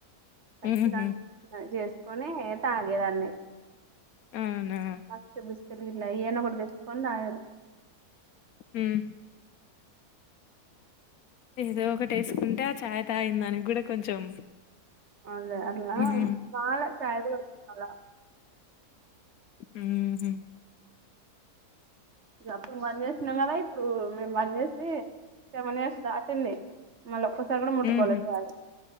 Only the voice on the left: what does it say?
ఊహూ
అవునా
ఉహూ ఏదో ఒకటి వేసుకుంటే ఆ చాయ్ తాగిందానికి కూడా కొంచెం
మ్మ్
ఉహూ
మ్హు